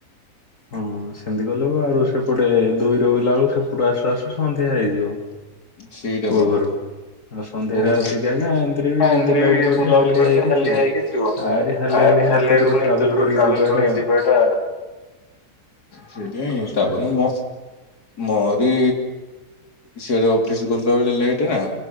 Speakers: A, on the left; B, on the left.
A: ହଁ ସେମତି କଲେ ଆଉ ସେପଟେ ଦୁଇରେ ବୋଇଲା ବେଳକୁ ସେପଟୁ ଆସୁ ଆସୁ ସନ୍ଧ୍ୟା ହେଇଯିବ।
B: ସେଇଟା
A: ପୁଅ
B: ତ।
A: ଘରୁ ଆଉ ସନ୍ଧ୍ୟାରେ
B: କଉ
A: ଆସିକି
B: କଥା।
A: ଆଜ୍ଞା ଏମିତିରେ ବି
B: ଏମିତିରେ
A: ବୁଲାବୁଲି
B: ବି
A: କରିକି
B: ବୁଲାବୁଲି କରିକି
A: ହେଇକି
B: ହାଲିଆ
A: ଥିବ।
B: ହେଇକି ଥିବ।
A: ଆରି ହାଲିଆରେ
B: ଆରେ
A: ପୁଣି
B: ହାଲିଆରେ
A: ଏତେ ଦୂର
B: ପୁଣି
A: ଟ୍ରାଭେଲ
B: ଏତେ ଦୂର
A: କରିକି
B: ଟ୍ରାଭେଲ
A: ଯିବାଟା
B: କରିକି ଯିବାଟା ସେଇଥିପାଇଁ
A: କଷ୍ଟ
B: ତାପରେ
A: ଆଜ୍ଞା
B: ମୁଁ ମୋରି ସିଆଡ଼େ ଅଫିସ ଗଲାବେଳେ ଲେଟ୍ ହେଆଁ